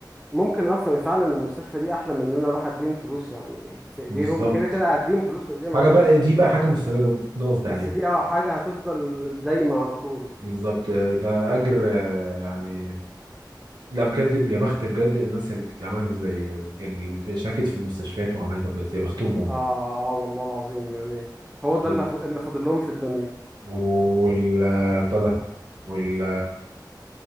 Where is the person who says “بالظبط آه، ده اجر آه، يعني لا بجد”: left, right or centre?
Right